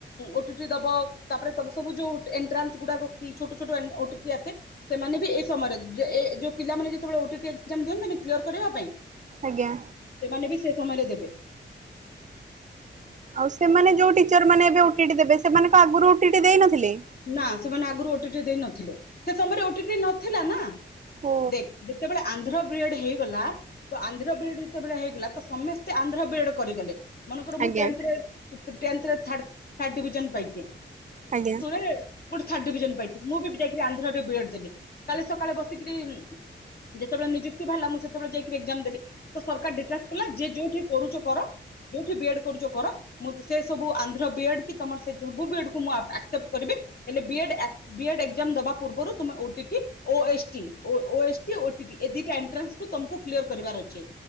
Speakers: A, on the left; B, on the right.
A: ଓଟି ଟି ଦବ ତାପରେ ସବୁ ଯୋଉ ଏଣ୍ଟ୍ରାନ୍ସ ଗୁଡାକ ଛୋଟ ଛୋଟ ଓଟିଟି ଆସେ ସେମାନେ ବି ଏଇ ସମୟରେ ଯୋଉ ପିଲାମାନେ ଯେତେବେଳେ ଓଟି ଟି ଦିଅନ୍ତୀନି କ୍ଲିୟର କରିବା ପାଇଁ।
B: ଆଜ୍ଞା।
A: ସେମାନେ ବି ସେ ସମୟରେ ଦେବେ।
B: ଆଉ ସେମାନେ ଯୋଉ ଟିଚର ମାନେ ଏବେ ଓଟିଟି ଦେବେ ସେମାନଙ୍କ ଆଗରୁ ଦେଇ ନଥିଲେ
A: ନା ସେମାନେ ଆଗରୁ ଦେଇ ନଥିଲେ ସେ ସମୟରେ ଓଟିଟି ନଥିଲା ନା
B: ଓ
A: ଦେଖ ଯେତେବେଳେ ଆନ୍ଧ୍ର ବି ଏଡ ହେଇଗଲା ତ ଆନ୍ଧ୍ର ବି ଏଡ ଯେତେବେଳେ ହେଇଗଲା ତ ସମସ୍ତେ ଆନ୍ଧ୍ର ବିଡ କରିଗଲେ। ମନେ କର ମୁ
B: ଆଜ୍ଞା
A: ତେନ୍ଥ ରେ ଟେନ୍ଥର ଥାର ଥର୍ଡ ଡିଭିଜନ ପାଇକି
B: ଆଜ୍ଞା।
A: ରେ ମୁଁ ବି ଥାର୍ଡ ଡ଼ିଭିଜନ ପାଇଥିଲି ମୁଁ ବି ଯକ ଆନ୍ଧ୍ରରେ ବି ଏଡ୍ ଦେଲି କାଲି ସକାଳେ ବସିିକିରି ଯେତେବେଳେ ନିଯୁକ୍ତି ବାହାରିଲା ମୁଁ ସେତେବେଳେ ଯାଇକିରି ଏକ୍ଜାମ୍ ଦେଲି ସରକାର ଡିକ୍ଲାର କଲା ଯେ ଯୋଉଠି କରୁଛ କର ଯୋଉଠି ବି ଏଡ୍ କରୁଛ କର ମୁଁ ସେ ସବୁ ଆନ୍ଧ୍ର ବି ଏଡ୍ କି ସବୁ ହେଲେ ବି ଏଡ୍ ଏକଜାମ୍ ଦବା ପୂର୍ବରୁ ତୁମେ ଓ ଟି ଟି ଓ ଏସ ଟି ଏ ଦିଟା ଏଣ୍ଟ୍ରାନ୍ସକୁ ତମକୁ କ୍ଲିଅର କରିବାର ଅଛି